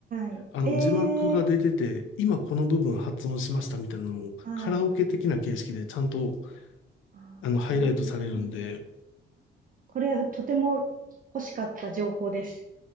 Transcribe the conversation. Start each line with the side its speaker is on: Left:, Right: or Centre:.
Right: はい。
Left: あの、
Right: ええ
Left: 字幕が出てて、今この部分発音しましたみたいなのも、
Right: はい。
Left: カラオケ的な形式でちゃんと、
Right: あー
Left: あの、ハイライトされるんで、
Right: これはとても欲しかった情報です。